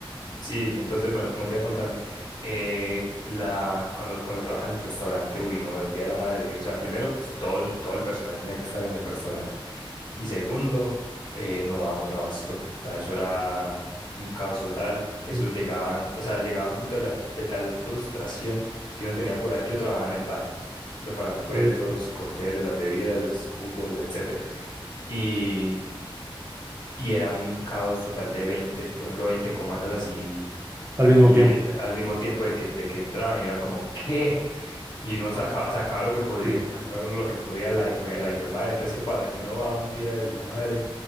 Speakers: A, on the left; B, on the right.
A: Sí, entonces, bueno, como te iba contando, eh, la, cuando, cuando trabajaba en el restaurante, uy, no, el Día de la Madre, o sea, primero, pues, todo el, todo el personal tenía que estar en el restaurante. Y segundo, eh, no dábamos abasto, o sea, eso era un caos total. Esos
B: Sí.
A: llegaban, o sea, llegaba un punto de, la, de tal frustración que uno tenía por ahí. Yo trabajaba en el bar, preparando pues
B: eh,
A: los cócteles, las bebidas, jugos, etcétera. Y, y era un caos total de 20, por ejemplo, 20 comandas así
B: al mismo
A: y
B: tiempo.
A: eh, al mismo tiempo de que, de que entraban y era como, ¿qué? Y uno sacaba, sacaba lo que podía,
B: Sí,
A: sacaba lo que podía la, hijo de- la hijo de madre. Entonces, ¿qué pasa? Que uno va un día de la madre